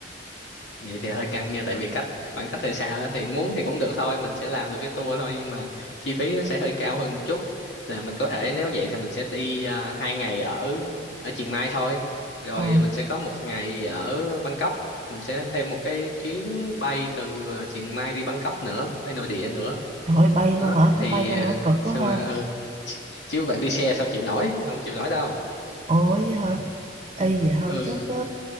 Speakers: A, on the left (about 70°); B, on the right (about 30°).
A: vậy thì hơi căng nha tại vì cách khoảng cách hơi xa đó thì muốn thì cũng được thôi mình sẽ làm được cái tour thôi nhưng mà chi phí nó sẽ hơi cao hơn một chút là mình có thể nếu vậy thì mình sẽ đi à, hai ngày ở ở Chiang Mai thôi rồi
B: Ờ,
A: mình sẽ có một ngày ở Bangkok mình sẽ thêm một cái chuyến bay từ à, Chiang Mai đi Bangkok nữa bay nội địa nữa
B: trời ơi, bay
A: đó
B: luôn hả?
A: thì
B: Phải bay luôn
A: ờ,
B: hả? Cực quá
A: xong
B: ha.
A: rồi ừ chứ bạn đi xe sao chịu nổi không chịu nổi đâu
B: Ủa vậy hả?
A: <laughs>
B: Ê, vậy thôi
A: ừ
B: chắc ờ,